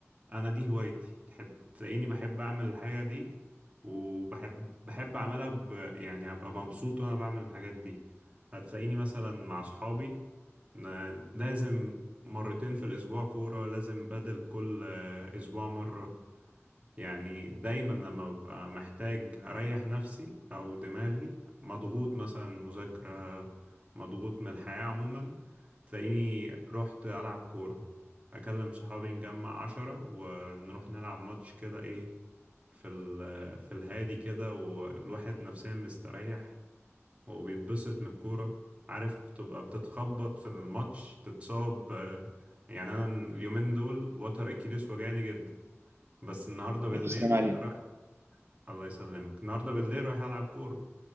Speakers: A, on the right (about 25°); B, on the right (about 60°).
A: انا دي هوايتي تحب تلاقيني بحب اعمل الحاجه دي وبحب بحب اعملها ب... يعني ابقى مبسوط وانا بعمل الحاجات دي هتلاقيني مثلا مع صحابي ن- لازم مرتين في الاسبوع كوره لازم بدل كل آه، اسبوع مره يعني دايما لما ببقى محتاج أريح نفسي أو دماغي مضغوط مثلا مذاكرة مضغوط من الحياة عموما تلاقيني رحت ألعب كورة أكلم صحابي نجمع عشرة ونروح نلعب ماتش كده إيه في ال في الهادي كده والواحد نفسيا مستريح وبيتبسط من الكورة عارف بتبقى بتتخبط في الماتش تتصاب آه، يعني أنا اليومين دول وتر أكيلس وجعني جدا بس النهارده بالليل
B: ألف سلام عليك
A: رايح الله يسلمك النهارده بالليل رايح العب كوره